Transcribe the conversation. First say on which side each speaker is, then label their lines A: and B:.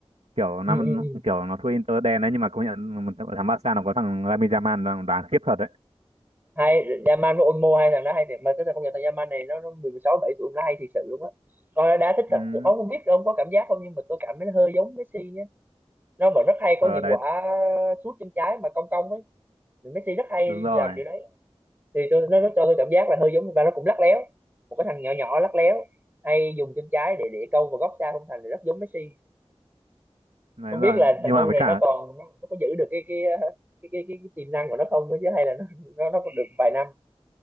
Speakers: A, on the right (about 85°); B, on the right (about 20°).
A: Kiểu
B: ừ,
A: năm
B: ừ, ừ.
A: kiểu nó thua Inter đen đấy nhưng mà công nhận một thằng Barca nó có thằng Lamine Yamal nó đá khiếp thật đấy.
B: hay, Yaman với Olmo hai thằng đó hay thiệt mà cái thằng công nhận thằng Yaman này nó nó 16 7 tuổi nó hay thiệt sự luôn á coi nó đá thích thật
A: Ừ.
B: ông không biết ông có cảm giác không nhưng mà tôi cảm thấy nó hơi giống Messi nhé nó mà rất hay có
A: Ờ
B: những
A: đấy,
B: quả sút chân trái mà cong cong ấy Messi rất hay
A: đúng rồi.
B: làm kiểu đấy thì tôi nó, nó cho tôi cảm giác là hơi giống và nó cũng lắc léo một cái thằng nhỏ nhỏ lắc léo hay dùng chân trái để để câu vào góc xa không thành thì rất giống Messi
A: Đấy
B: không
A: rồi.
B: biết là thằng
A: Nhưng
B: cu
A: mà với
B: này
A: cả
B: nó còn nó, nó có giữ được cái cái cái cái, cái, cái tiềm năng của nó không nữa chứ hay là nó nó, nó còn được vài năm